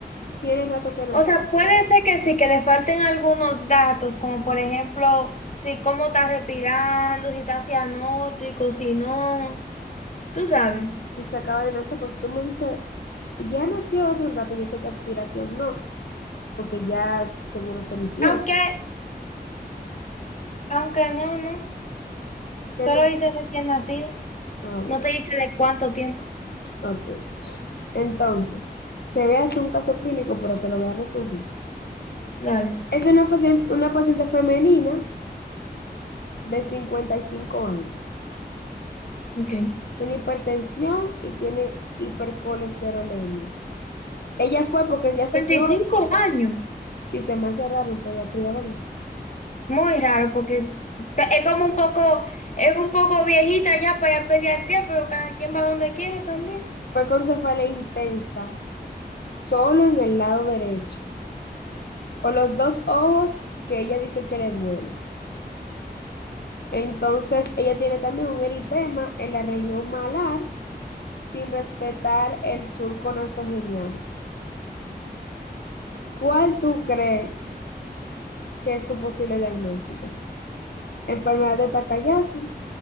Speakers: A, on the left; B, on the left.
A: tiene rato que nació
B: O sea, puede ser que sí, que le falten algunos datos, como por ejemplo, si cómo está respirando, si está cianótico, si no, tú sabes.
A: y se acaba de nacer, pues si tú me dices, ya nació hace un rato, yo sé que aspiración no, porque ya seguro se lo hicieron.
B: Aunque, aunque no, no,
A: ¿Qué
B: solo
A: no?
B: dice recién nacido,
A: Ah, bueno,
B: no te dice de cuánto tiempo.
A: ok. Entonces, te voy a hacer un caso clínico, pero te lo voy a resumir.
B: Dale,
A: Es una paciente, una paciente femenina de 55 años.
B: ok.
A: Tiene hipertensión y tiene hipercolesterolemia. Ella fue porque ya se
B: 25
A: quedó,
B: años.
A: si se me hace raro en pediatría, ¿verdad?
B: Muy raro, porque ta- es como un poco, es un poco viejita ya para ir a pediatría, pero cada quien va donde quiere también.
A: Fue con cefalea intensa, solo en el lado derecho, con los dos ojos que ella dice que le duele. Entonces, ella tiene también un eritema en la región malar sin respetar el surco nasogeniano. ¿Cuál tú crees que es su posible diagnóstico? enfermedad de Takayasu,